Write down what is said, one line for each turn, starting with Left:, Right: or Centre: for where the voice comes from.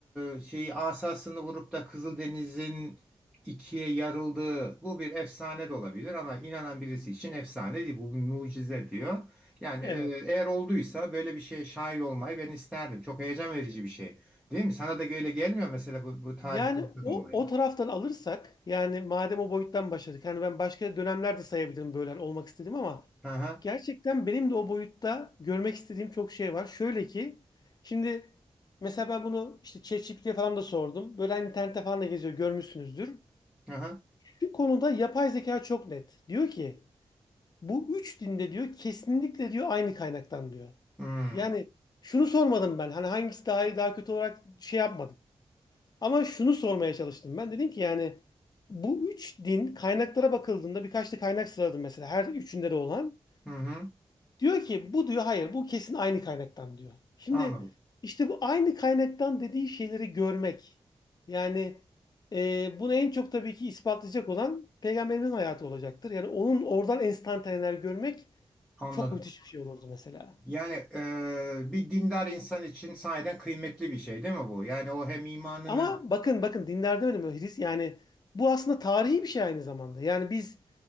Centre: e, şeyi asasını vurup da Kızıldeniz'in ikiye yarıldığı bu bir efsane de olabilir ama inanan birisi için efsane değil bu bir mucize diyor. Yani
Left: evet.
Centre: e, eğer olduysa böyle bir şeye şahit olmayı ben isterdim. Çok heyecan verici bir şey. Değil mi? Sana da böyle gelmiyor mesela bu, bu tarihte
Left: Yani
Centre: bir takım
Left: o
Centre: olaylar.
Left: o taraftan alırsak yani madem o boyuttan başladık. Yani ben başka dönemlerde sayabilirim böyle hani olmak istediğim ama
Centre: Hı hı.
Left: gerçekten benim de o boyutta görmek istediğim çok şey var. Şöyle ki şimdi mesela ben bunu işte ChatGPT'ye falan da sordum. Böyle hani internette falan da geziyor görmüşsünüzdür.
Centre: Hı hı.
Left: Şu konuda yapay zeka çok net. Diyor ki bu üç dinde diyor kesinlikle diyor aynı kaynaktan diyor.
Centre: Hı
Left: Yani şunu sormadım ben hani hangisi daha iyi daha kötü olarak şey yapmadım. Ama şunu sormaya çalıştım ben. Dedim ki yani bu üç din kaynaklara bakıldığında birkaç da kaynak sıraladım mesela her üçünde de olan.
Centre: hı. hı.
Left: Diyor ki bu diyor hayır bu kesin aynı kaynaktan diyor. Şimdi
Centre: Anladım.
Left: işte bu aynı kaynaktan dediği şeyleri görmek. Yani e, bunu en çok tabii ki ispatlayacak olan peygamberimizin hayatı olacaktır. Yani onun oradan enstantaneler görmek
Centre: Anladım.
Left: çok müthiş bir şey olurdu mesela.
Centre: Yani e, bir dindar insan için sahiden kıymetli bir şey değil mi bu? Yani o hem imanını...
Left: Ama bakın bakın dinlerde öyle mi? Hris yani bu aslında tarihi bir şey aynı zamanda. Yani biz